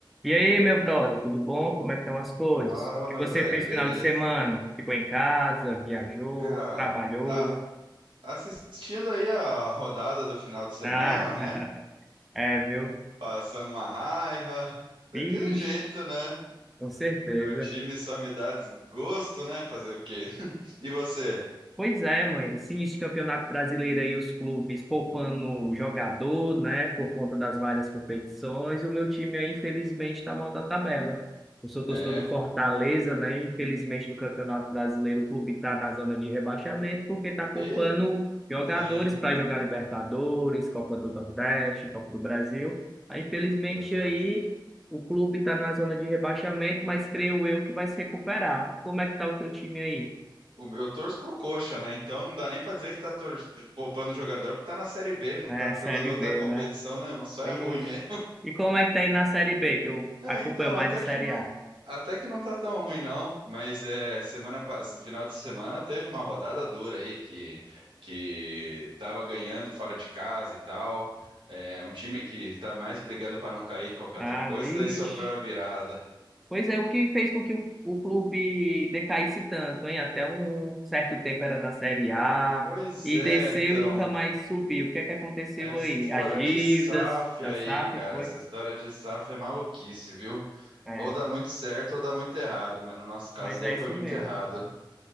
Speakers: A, in the centre; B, on the right.
A: E aí, meu brother, tudo bom? Como é que estão as coisas?
B: Fala,
A: O que
B: meu
A: você
B: velho,
A: fez
B: beleza?
A: final de semana? Ficou em casa, viajou,
B: Cara,
A: trabalhou?
B: tá assistindo aí a rodada do final de semana,
A: Ah,
B: né?
A: <laughs> é, viu?
B: Passando uma raiva, daquele
A: Vixe,
B: jeito, né?
A: com certeza.
B: Meu time só me dá desgosto, né? Fazer o quê? <laughs> E você?
A: Pois é, mãe. Esse início de campeonato brasileiro aí, os clubes poupando jogador, né, por conta das várias competições, e o meu time aí, infelizmente, está mal da tabela. Eu sou torcedor
B: É?
A: do Fortaleza, né? Infelizmente, no Campeonato Brasileiro, o clube está na zona de rebaixamento porque está poupando
B: E
A: jogadores
B: sim,
A: para jogar Libertadores, Copa do Nordeste, Copa do Brasil. Aí, infelizmente,
B: pois
A: aí
B: é.
A: o clube está na zona de rebaixamento, mas creio eu que vai se recuperar. E Como é que tá o teu time aí?
B: O- Eu torço pro Coxa, né? Então não dá nem pra dizer que tá tor- poupando o jogador porque tá na Série B, não
A: É,
B: tá jogando
A: Série
B: outra
A: B,
B: competição,
A: né?
B: não. Só é
A: Vixe.
B: ruim mesmo.
A: E como é que tá aí na Série B, que eu
B: É,
A: acompanho
B: então,
A: mais
B: até
A: a Série
B: que não,
A: A?
B: até que não tá tão ruim não, mas é semana pass- no final de semana teve uma rodada dura aí que que tava ganhando fora de casa e tal. É, um time que tá mais brigando pra não cair que qualquer
A: Ah,
B: outra coisa,
A: vixe.
B: daí sofreu a virada.
A: Pois é, o que fez com que o, o clube decaísse tanto, hein? Até um certo tempo era da Série A
B: Pois
A: e
B: é,
A: desceu
B: então,
A: e nunca mais subiu. O que é que aconteceu
B: essa
A: aí?
B: história
A: As dívidas
B: de SAF
A: da
B: aí,
A: SAF,
B: cara,
A: foi?
B: essa história de SAF é maluquice, viu?
A: É,
B: Ou dá muito certo ou dá muito errado, mas no nosso caso
A: mas
B: deu
A: é
B: foi
A: isso
B: muito
A: mesmo.
B: errado,